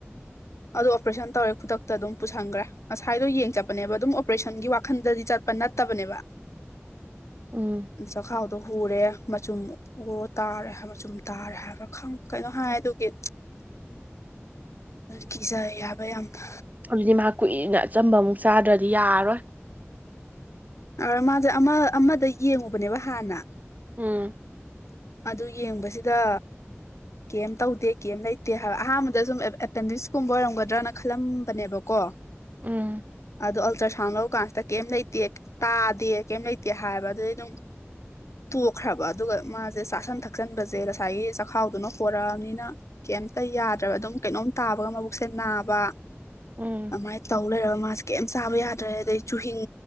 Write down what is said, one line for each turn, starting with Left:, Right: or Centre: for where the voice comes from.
Left: ꯑꯗꯣ ꯑꯣꯄꯔꯦꯁꯟ ꯇꯧꯔꯦ ꯈꯨꯗꯛꯇ ꯑꯗꯨꯝ ꯄꯨꯁꯟꯈ꯭ꯔꯦ ꯉꯁꯥꯏꯗꯣ ꯌꯦꯡ ꯆꯠꯄꯅꯦꯕ ꯑꯗꯨꯝ ꯑꯣꯄꯔꯦꯁꯟꯒꯤ ꯋꯥꯈꯟꯗꯗꯤ ꯆꯠꯄ ꯅꯠꯇ꯭ꯔ ꯇꯕꯅꯦꯕ
Right: <unintelligible> ꯎꯝ
Left: ꯁ ꯈꯑꯣꯗ ꯎꯔꯦ ꯃꯆꯨꯝ ꯎꯔꯣ ꯇꯥꯔꯦ ꯃꯆꯨꯝ ꯇꯥꯔꯦ ꯍꯥꯏꯕ꯭ꯔꯥ ꯈ ꯀꯩꯅꯣ ꯍꯥꯏ ꯑꯗꯨꯒꯤ
Right: <unintelligible>
Left: ꯀꯤꯖ ꯌꯥꯕ ꯌꯥꯝꯅ
Right: ꯑꯗꯨꯗꯤ ꯃꯍꯥꯛ ꯀꯨꯏꯅ ꯑꯆꯝꯕ ꯑꯃꯨꯛ ꯆꯥꯗ꯭ꯔꯗꯤ ꯌꯥꯔꯔꯣꯏ
Left: ꯑ ꯃꯥꯁꯦ ꯑꯃ ꯑꯃꯗ ꯌꯦꯡꯉꯨꯕꯅꯦꯕ ꯍꯥꯟꯅ
Right: ꯎꯝ
Left: ꯑꯗꯨ ꯌꯦꯡꯕꯁꯤꯗ ꯀꯩꯝ ꯇꯧꯗꯦ ꯀꯩꯝ ꯂꯩꯇꯦ ꯍꯥꯏꯕ ꯑꯍꯥꯟꯕꯗ ꯁꯨꯝ ꯑꯦꯄꯦꯟꯗꯤꯛꯁꯀꯨꯝꯕ ꯑꯣꯏꯔꯝꯒꯗ꯭ꯔꯅ ꯈꯜꯂꯝꯕꯅꯦꯕꯀꯣ
Right: ꯎꯝ
Left: ꯑ ꯑꯜꯇ꯭ꯔꯁꯥꯎꯟ ꯂꯔ ꯀꯥꯟꯁꯤꯗ ꯀꯩꯝ ꯂꯩꯇꯦ ꯇꯥꯗꯦ ꯀꯩꯝ ꯂꯩꯇꯦ ꯍꯥꯏꯕ ꯑꯗꯨꯩ ꯑꯗꯨꯝ ꯇꯣꯛꯈ꯭ꯔꯕ ꯑꯗꯨꯒ ꯃꯥꯁꯦ ꯆꯥꯥꯁꯟ ꯊꯛꯆꯟꯕꯁꯦ ꯉꯁꯥꯏꯒꯤ ꯆꯈꯥꯎꯗꯨꯅ ꯍꯣꯔꯛꯑꯕꯅꯤꯅ ꯀ ꯌꯥ ꯀꯩꯅꯣ ꯇꯥ ꯃꯕꯨꯦ ꯅꯥꯕ
Right: ꯎꯝ
Left: ꯑꯗꯨꯃꯥꯏꯅ ꯇꯧ ꯂꯩ ꯃꯥꯁꯦ ꯀꯩꯝ ꯆꯥꯕ ꯌꯥꯗ꯭ꯔꯦ ꯑꯗꯩ ꯆꯨꯍꯤꯤꯡ